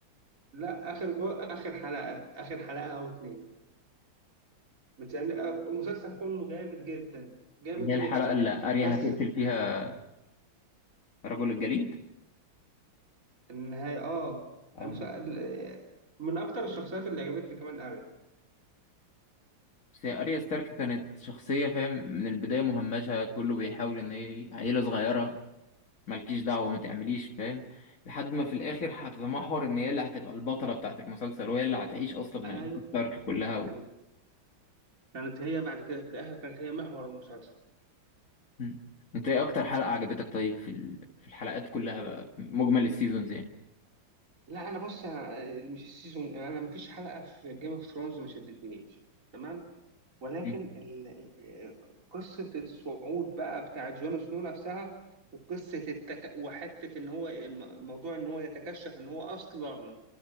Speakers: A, on the right; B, on the left.
A: لا اخر جو اخر حلقه اخر حلقه او اتنين متسأل- آه، المسلسل كله جامد جدا جامد
B: اللي هي الحلقه
A: جدا
B: اللي اريا
A: بس
B: هتقتل فيها رجل الجليد
A: النهايه اه
B: اه
A: المسلسل من اكتر الشخصيات اللي عجبتني كمان
B: بس هي اريا ستارك كانت شخصيه فاهم من البدايه مهمشه كله بيحاول ان هي إيه، عيله صغيره مالكيش دعوة ما تعمليش فاهم لحد ما في الآخر هتتمحور إن هي اللي هتبقى البطلة بتاعة المسلسل وهي اللي هتعيش أصلا من
A: اريا
B: أجل ستارك كلها و...
A: كانت كانت هي بعد كده في الاخر كانت هي محور المسلسل
B: مم. أنت إيه أكتر حلقة عجبتك طيب في ال- في الحلقات كلها بقى مجمل السيزونز يعني
A: لا انا بص انا مش السيزون انا مفيش حلقه في جيم اوف ثرونز ما شدتنيش تمام ولكن
B: مم.
A: ال... قصه الصعود بقى بتاع جون سنو نفسها وقصه التك... وحته ان هو موضوع ان هو يتكشف ان هو اصلا